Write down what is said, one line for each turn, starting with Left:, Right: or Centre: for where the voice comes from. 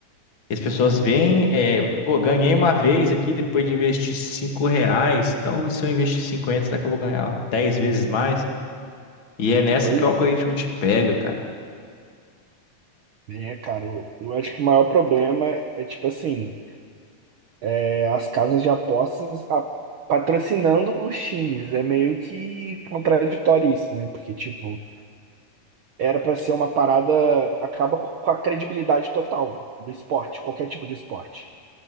Left: E as pessoas veem, é, pô, ganhei uma vez aqui depois de investir 5 reais, então e se eu investir 50, será que eu vou ganhar 10 vezes mais? E é nessa
Right: É,
Left: que o algoritmo te pega, cara.
Right: É, cara, eu, eu acho que o maior problema é, tipo assim, é as casas de apostas a- patrocinando os times. É meio que contraditório isso, né? Porque, tipo, era pra ser uma parada, acaba com a credibilidade total do esporte, qualquer tipo de esporte.